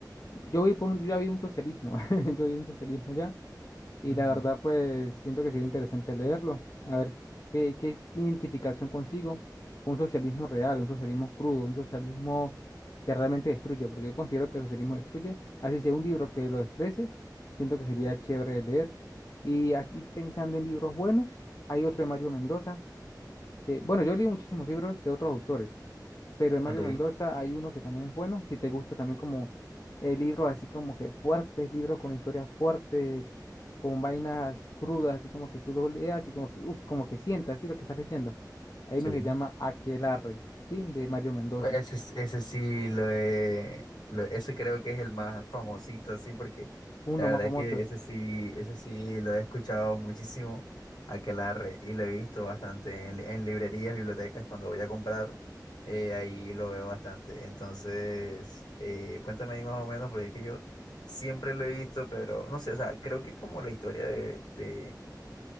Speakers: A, on the left; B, on the left.
A: Yo vi por un, yo ya vi un socialismo, <laughs> yo vi un socialismo ya. Y
B: Ujú.
A: la verdad, pues siento que sería interesante leerlo, a ver qué, qué identificación consigo con un socialismo real, un socialismo crudo, un socialismo que realmente destruye, porque yo considero que el socialismo destruye. Así sea un libro que lo exprese, siento que sería chévere de leer. Y aquí pensando en libros buenos, hay otro de Mario Mendoza, que, bueno, yo leí muchísimos libros de otros autores, pero de Mario
B: Ok.
A: Mendoza hay uno que también es bueno, si te gusta también como eh, libros así como que fuertes, libros con historias fuertes, con vainas crudas, así como que tú lo leas y como que, uf, como que sientas, así lo que estás leyendo. Hay
B: Sí.
A: uno que se llama Aquelarre, ¿sí? De Mario Mendoza,
B: Pues Ese, ese sí lo he, lo- ese creo que es el más famosito así porque
A: uno
B: la
A: de los
B: verdad
A: más famosos.
B: es que ese sí, ese sí lo he escuchado muchísimo aquelarre y lo he visto bastante en, li- en librerías, bibliotecas cuando voy a comprar, eh, ahí lo veo bastante. Entonces, eh, cuéntame ahí más o menos porque es que yo siempre lo he visto, pero no sé, o sea, creo que es como la historia de, de,